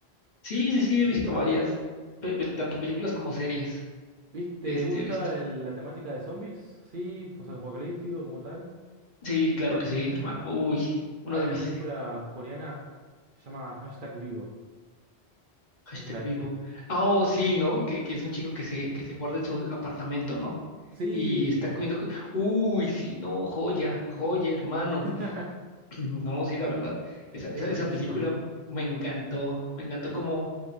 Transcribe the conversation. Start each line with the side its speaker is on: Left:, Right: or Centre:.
Left: Sí, sí, sí,
Right: ¿Películas?
Left: he visto varias, pe- pel- tanto películas como series.
Right: ¿Viste? ¿Te
Left: Este,
Right: gusta
Left: he visto.
Right: el- la temática de zombies? Sí, posapocalíptico como tal.
Left: Sí, claro que sí, hermano. Uy, uno
Right: Hay
Left: de
Right: una
Left: mis
Right: película coreana, se llama Hashtag Vivo.
Left: hashtag
Right: No sé si la
Left: vivo.
Right: viste.
Left: Oh, sí, ¿no? Que, que es un chico que se, que se guarda en su apartamento, ¿no?
Right: Sí,
Left: Y está comiendo. co- Uy, sí, no, joya, joya, hermano.
Right: <laughs>
Left: <clears throat> No, sí, la verdad. Esa,
Right: es
Left: esa,
Right: buenísima.
Left: esa película me encantó. Me encantó como,